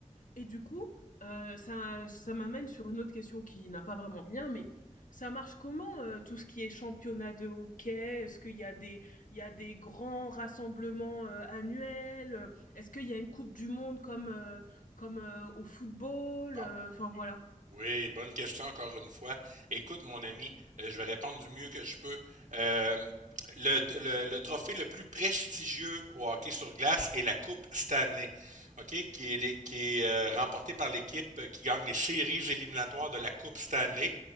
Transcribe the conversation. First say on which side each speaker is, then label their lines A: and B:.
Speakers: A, on the left (about 80°); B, on the right (about 70°).
A: Et du coup, euh, ça, ça m'amène sur une autre question qui n'a pas vraiment de lien, mais ça marche comment, euh, tout ce qui est championnat de hockey? Est-ce qu'il y a des, il y a des grands rassemblements, euh, annuels? Est-ce qu'il y a une Coupe du Monde comme, euh, comme euh, au football?
B: Bon.
A: Euh, Enfin, voilà.
B: Oui, bonne question encore une fois. Écoute, mon ami, euh, je vais répondre du mieux que je peux. Euh, le, le- le trophée le plus prestigieux au hockey sur glace est la Coupe Stanley, OK, qui est, les- qui est euh, remportée par l'équipe euh, qui gagne les séries éliminatoires de la Coupe Stanley,